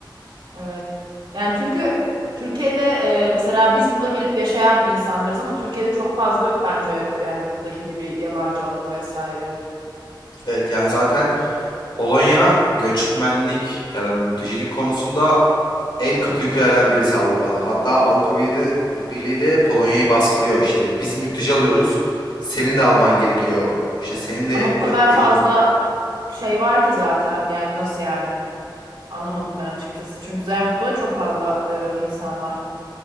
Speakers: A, on the right; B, on the left.
A: Evet. Yani çünkü Türkiye'de e, mesela biz burada gelip yaşayan insanlarız ama Türkiye'de çok fazla yok bence yani buradaki gibi yabancı alımı vesaire.
B: Evet yani zaten Polonya göçmenlik ya da mültecilik konusunda en katı ülkelerden birisi Avrupa'da. Hatta Avrupa Birliği de, Birliği de Polonya'yı baskılıyor. İşte biz mülteci alıyoruz. Senin de alman gerekiyor. İşte senin de
A: Ama bu kadar
B: ta- eline
A: fazla şey var ki zaten yani nasıl yani anlamadım ben açıkçası. Çünkü zaten burada da çok fazla e, insan var.